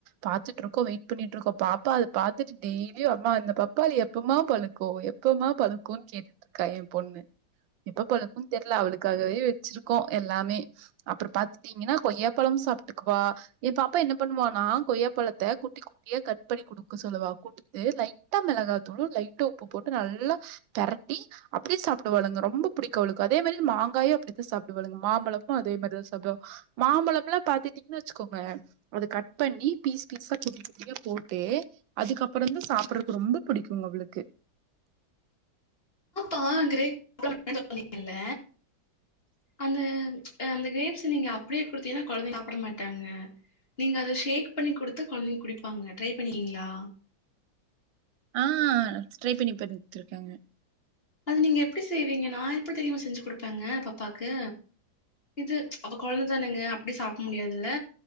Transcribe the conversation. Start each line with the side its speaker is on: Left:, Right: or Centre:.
Right: பாத்துட்டுருக்கோ வெயிட் பண்ணிட்டுருக்கோபாப்பா அத பாத்து டெய்லியு அம்மா இந்த பப்பாளி எப்பமா பழுக்கு எப்பமா பழுக்குன் கேட்டுட்டு இருக்கா எ பொண்ணு எப்ப பழுக்கும்னு தெர்ல அவளுக்காகவே வச்சிருக்கோ எல்லாமே அப்புறோ பாத்துட்டீங்கன்னா கொய்யாப்பழம் சாப்ட்டுக்குவா என் பாப்பா என்ன பண்ணுவானா கொய்யாப்பழத்த குட்டி குட்டியா கட் பண்ணி குடுக்க சொல்லுவா குடுத்து லைட்டா மெளகாத்துளு லைட்டா உப்பு போட்டு நல்லா பெரட்டி அப்டியே சாப்டுவளுங்க ரொம்ப புடிக்கு அவளுக்கு அதே மாரி மாங்காய அப்டித்தா சாப்டுவாளுங்க மாம்பழமு அதே மாரிதா சாப்டுவாங்க மாம்பழம்ல்லா பாத்துட்டீங்கன்னு வச்சுக்கோங்க அத கட் பண்ணி பீஸ் பீஸா குட்டி குட்டியா போட்டு அதுகப்ரோந்தா சாப்டுறக்கு ரொம்ப புடிக்குங்க அவளுக்கு
Left: ஆ கிரே ல்ல அந்த அந்த கிரெப்ஸ் நீங்க அப்டியே குடுதிங்கனா கொழைந்தைங்க சாப்ட மாட்டங்கங்க நீங்க அத ஷேக் பண்ணி குடுத்தா கொழைந்தைங்க குடிப்பாங்க ட்ரை பண்ணிருகிங்களா
Right: ஆ ட்ரை பண்ணி பாத்துருக்கேங்க
Left: அது நீங்க எப்டி செய்வீங்க நா எப்டி தெரியுமா செஞ்சு குடுப்பேங்க பாப்பாக்கு இது அப்ப கொழந்தனங்க அப்டி சாப்ட முடியாதுல்ல